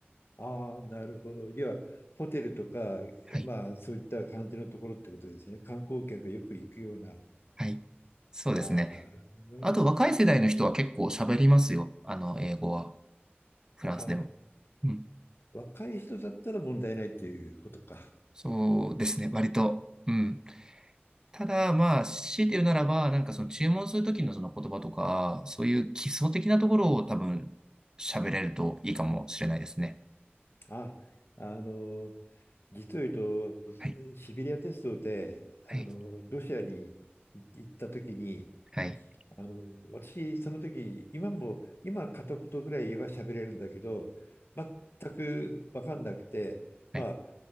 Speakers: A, on the left (about 65°); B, on the right (about 15°).
A: ああ、なるほど。要はホテルとか、
B: はい。
A: まあそういった感じのところってことですよね。観光客がよく行くような。
B: はい。そうですね。
A: ああ、なるほどね。
B: あと、若い世代の人は結構喋りますよ。あの、英語は。フランスでも。
A: ああ、
B: うん。
A: 若い人だったら問題ないっていうことか。
B: そうですね。割と。うん。ただ、まあ、強いて言うならば、なんかその注文するときのその言葉とか、そういう基礎的なところを多分喋れるといいかもしれないですね。
A: あ、あの、実を言う
B: はい、
A: と、シベリア鉄道で、あの、
B: はい、
A: ロシアに行った時に、
B: はい、
A: あの、私、その時、今も、今片言ぐらいは喋れるんだけど、全く分かんなくて、
B: はい。
A: まあ、